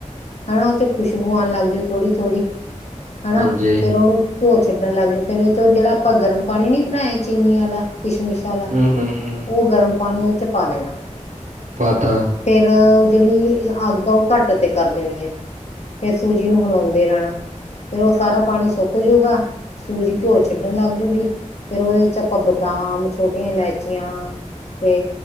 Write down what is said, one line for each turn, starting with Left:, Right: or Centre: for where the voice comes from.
Left: ਹੈਨਾ ਉਹ ਚ' ਖੁਸ਼ਬੂ ਆਉਣ ਲੱਗਜੂ ਥੋੜ੍ਹੀ - ਥੋੜ੍ਹੀ ਹੈਨਾ
Right: ਹਾਂਜੀ
Left: ਫੇਰ ਉਹਨੂੰ ਘਿਓ ਛੱਡਣ ਲੱਗ ਜਾਓ ਫਿਰ ਚੋਂ ਜਿਹੜਾ ਆਪਾਂ ਗਰਮ ਪਾਣੀ ਨੀ ਬਣਾਇਆ ਚੀਨੀ ਵਾਲਾ ਕਿਸ਼ਮਿਸ਼ ਆਲਾ
Right: ਹੂੰ ਹੂੰ ਹੂੰ
Left: ਓ ਗਰਮ ਪਾਣੀ ਓ ਚ ਪਾ ਦੇਣਾ।
Right: ਪਾਤਾ
Left: ਫੇਰ ਓ ਜੇੜੀ ਅੱਗ ਆ ਓ ਘੱਟ ਤੇ ਕਰ ਦੇਣੀ ਐ। ਫਿਰ ਸੂਜੀ ਨੂੰ ਹਲਾਉਂਦੇ ਰੈਣਾ, ਫੇਰ ਓ ਸਾਰਾ ਪਾਣੀ ਸੁੱਕ ਜੂਗਾ ਸੂਜੀ ਘਿਓ ਛੱਡਣ ਲੱਗ ਜੂਗੀ ਫੇਰ ਓਦੇ ਚ ਆਪਾਂ ਬਦਾਮ ਛੋਟੀਆਂ ਇਲਾਇਚੀਆਂ ਤੇ